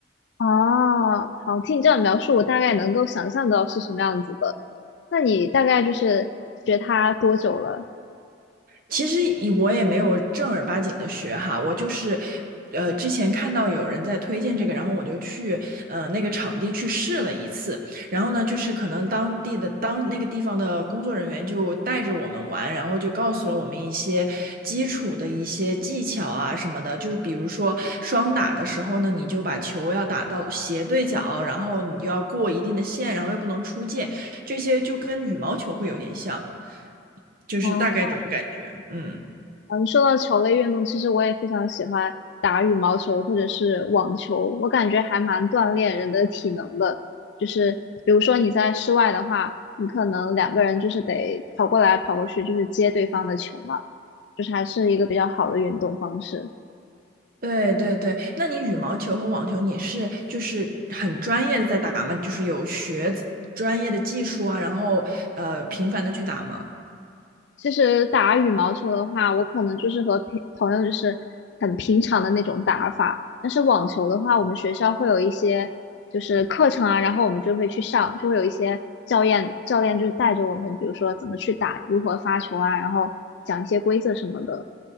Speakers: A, on the left; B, on the right.
A: 哦，好，听你这样描述，我大概能够想象到是什么样子的。那你大概就是学它多久了？
B: 其实以我也没有正儿八经的学哈，我就是，呃，之前看到有人在推荐这个，然后我就去呃那个场地去试了一次，然后呢，就是可能当地的当那个地方的工作人员就带着我们玩，然后就告诉了我们一些基础的一些技巧啊什么的，就是比如说双打的时候呢，你就把球要打到斜对角，然后你就要过一定的线，然后又不能出界，这些就跟羽毛球会有点像，就是大概这种感觉，
A: 哦，
B: 嗯。
A: 嗯，说到球类运动，其实我也非常喜欢打羽毛球或者是网球，我感觉还蛮锻炼人的体能的。就是比如说你在室外的话，你可能两个人就是得跑过来跑过去，就是接对方的球嘛，就是还是一个比较好的运动方式。
B: 对对对，那你羽毛球和网球，你是就是很专业的在打吗？就是有学专业的技术啊，然后呃频繁的去打吗？
A: 其实打羽毛球的话，我可能就是和平朋友就是很平常的那种打法。但是网球的话，我们学校会有一些就是课程啊，然后我们就会去上，就会有一些教练教练就是带着我们，比如说怎么去打，如何发球啊，然后讲一些规则什么的。